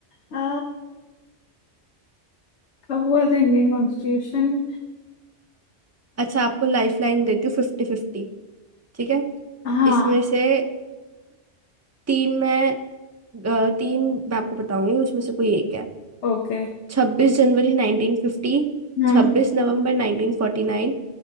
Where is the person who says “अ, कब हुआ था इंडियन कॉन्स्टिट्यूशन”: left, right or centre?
Left